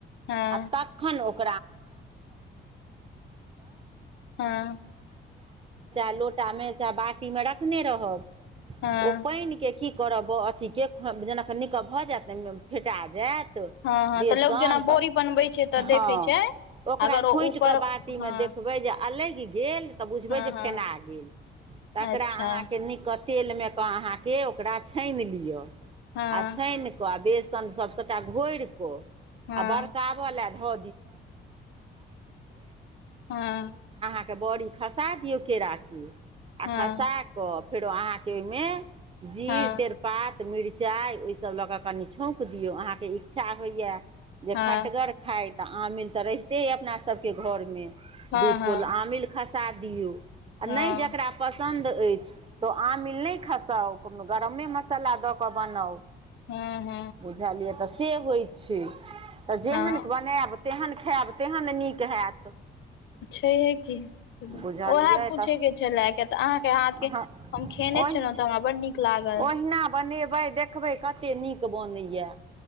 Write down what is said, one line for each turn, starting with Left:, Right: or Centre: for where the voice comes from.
Left: हँ
Right: आ तखन। <unintelligible> चाह
Left: हँ
Right: लोटा मे बटी मे रखने रह
Left: हँ
Right: प। कि करब अथी के जेना नीक भऽ जायत ने फेटा जायत
Left: ह ह
Right: बेसन
Left: तऽ लोकग जेना
Right: तऽ
Left: बोरी बनबै छै। तऽ
Right: हँ
Left: देखै छै।
Right: ओकरा
Left: अगर ओ
Right: खोटि
Left: ऊपर
Right: कऽ बाटी
Left: हँ
Right: मे देखबै जे अलै गेल तऽ बुझबै
Left: हँ
Right: जे
Left: हँ
Right: फेना गेल तकरा
Left: अच्छा
Right: अहाँकेँ न तेल मे अहाँ ओकरा छान लिआ
Left: हँ
Right: छान घोर कऽ
Left: हँ
Right: आ ब <unintelligible> हा
Left: हँ
Right: के बड़ी खसा दियौ केरे आ
Left: हँ
Right: खसा कऽ फेरो अहाँकेँ ओहिमे जीर
Left: हँ
Right: तेजपात मिरचाइ ओहिसभ लऽ कऽ कनि छौक दियौ अहाँकेँ इच्छा अच्छा होइएा जे
Left: हँ
Right: खटगर खाइत तऽ आमिल तऽ रहिते आइ अपना सभके घरमे
Left: हँ
Right: दू
Left: हँ
Right: फुल आमिल खसा दियौ आ
Left: हँ
Right: नहि जकरा। पसन्द अछि। तऽ आमिल नहि खसाउ गरमे मसाला दऽ कऽ बनाउ
Left: ह ह
Right: बुझलियै तऽ से होई छै। तऽ जेहन
Left: हँ
Right: बनायब तेहन खायब तेहन नीक होत।
Left: छैहे। कि उएह
Right: बुझलियै
Left: पूछेके
Right: तऽ
Left: छै। लए कऽ तऽ अहाँकेँ हाथके
Right: हँ
Left: हम खेने
Right: ओहि
Left: छलौह तऽ हमरा बड्ड नीक लागल
Right: ओहिना बनेबै देखबै कतेक नीक बनैया